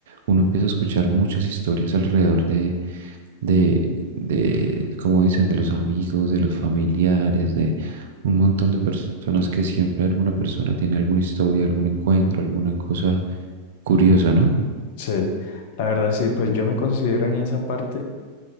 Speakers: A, on the right; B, on the left.
A: Uno empieza a escuchar muchas historias alrededor de, de, de, como dicen, de los amigos, de los familiares, de un montón de personas que siempre alguna persona tiene alguna historia, algún encuentro, alguna cosa curiosa, ¿no?
B: sí, la verdad sí, pues yo me considero en esa parte,